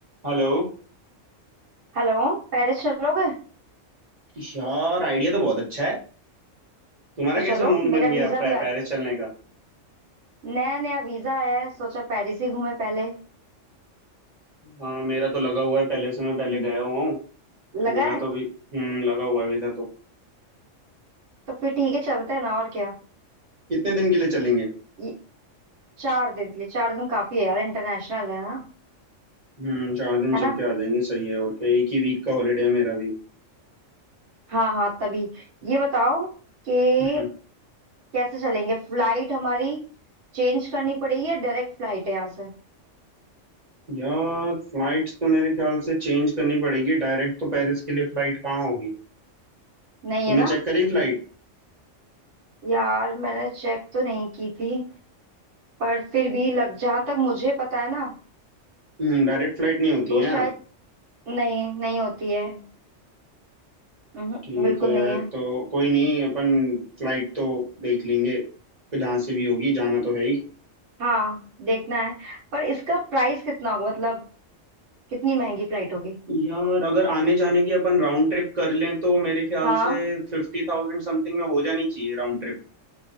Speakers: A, on the right (about 35°); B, on the right (about 70°).
A: Hello
B: हेलो पेरिस चलोगे
A: यार idea तो बहुत अच्छा है तुम्हारा
B: तो
A: कैसे
B: चलो
A: मूड बन
B: मेरा
A: गया
B: वीजा
A: पे,
B: भी आ
A: पेरिस
B: गया
A: चलने का
B: नया नया वीजा आया है सोचा पेरिस ही घूमे पहले
A: हाँ मेरा तो लगा हुआ है पहले से मैं पहले गया हुआ हूँ तो
B: लगा
A: मेरा
B: है
A: तो भी हम्म लगा हुआ है वीजा तो
B: तो फिर ठीक है चलते हैं ना और क्या
A: कितने दिन के लिए चलेंगे
B: ये चार दिन के लिए चार दिन काफी है यार इंटरनेशनल है ना
A: हम्म चार दिन
B: है
A: चल
B: ना
A: के आ जाएंगे सही है और क्या एक ही वीक का हॉलीडे है मेरा भी
B: हाँ हाँ तभी ये बताओ कि
A: हम्म,
B: कैसे चलेंगे फ्लाइट हमारी चेंज करनी पड़ेगी या डायरेक्ट फ्लाइट है यहाँ से
A: यार फ्लाइट तो मेरे ख्याल से चेंज करनी पड़ेगी डायरेक्ट तो पेरिस के लिए फ्लाइट कहाँ होगी
B: नहीं
A: तुमने
B: है ना
A: चेक करी फ्लाइट
B: यार मैंने चेक तो नहीं की थी पर फिर भी लग जहाँ तक मुझे पता है ना
A: हम्म डायरेक्ट फ्लाइट नहीं होती
B: तो
A: है
B: शायद
A: यार
B: नहीं नहीं होती है उहुं,
A: ठीक
B: बिल्कुल
A: है
B: नहीं है
A: तो कोई नहीं अपन फ्लाइट तो देख लेंगे तो जहाँ से भी होगी जाना तो है ही
B: हाँ देखना है पर इसका प्राइस कितना होगा मतलब कितनी महंगी फ्लाइट होगी
A: यार अगर आने जाने की अपन राउंड ट्रिप कर लें तो मेरे ख्याल
B: हाँ
A: से फिफ्टी थाउजेंड समथिंग में हो जानी चाहिए राउंड ट्रिप